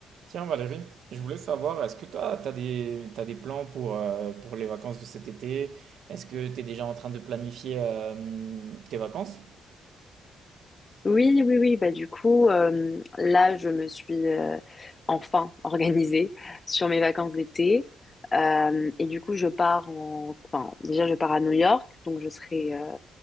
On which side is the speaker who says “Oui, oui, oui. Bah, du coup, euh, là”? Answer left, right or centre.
Left